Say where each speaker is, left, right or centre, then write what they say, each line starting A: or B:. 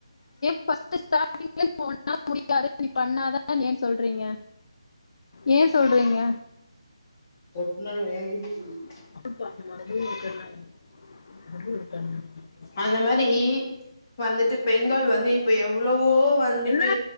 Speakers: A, on the left; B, on the left.
A: ஃபஸ்ட்டு ஸ்டாடிங்ளே போ னால முடியாது நீ பண்ணாத ஏ சொல்றீங்க ஏ சொல்றீங்க
B: ஒட்னது வேலையே இனிக் இல்
A: <inaudible> தெர்ல <inaudible>
B: அந்த மாரி வந்துட்டு பெண்கள் வந்து இப்ப எவ்ளவோ வந்துட்டு
A: என்ன